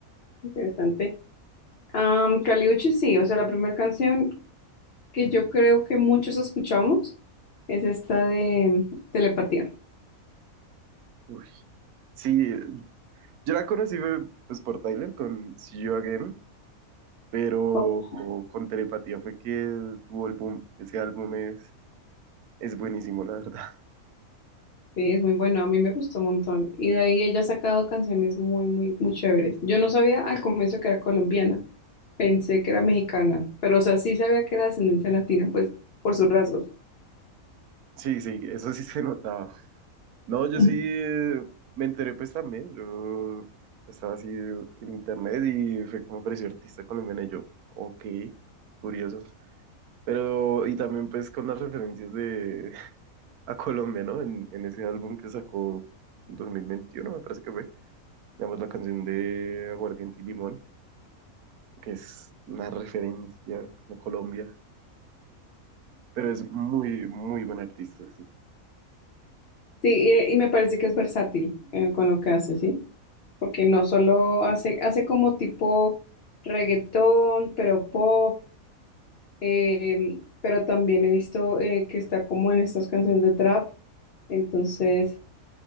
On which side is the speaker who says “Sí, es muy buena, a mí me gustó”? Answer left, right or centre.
Left